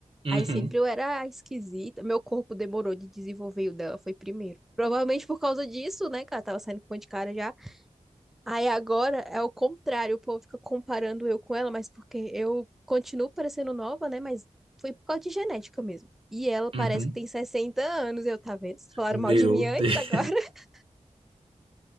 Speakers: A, on the right (about 45°); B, in the centre.
A: Uhum,
B: Aí sempre eu era a esquisita. Meu corpo demorou de desenvolver e o dela foi primeiro. Provavelmente por causa disso, né, que ela tava saindo com um monte de cara já. Aí agora é o contrário, o povo fica comparando eu com ela, mas porque eu continuo parecendo nova, né, mas foi por causa de genética mesmo. E ela parece
A: uhum.
B: que tem 60 anos, eu tá vendo? Vocês falaram
A: Meu
B: mal de mim
A: Deus.
B: antes agora. <laughs>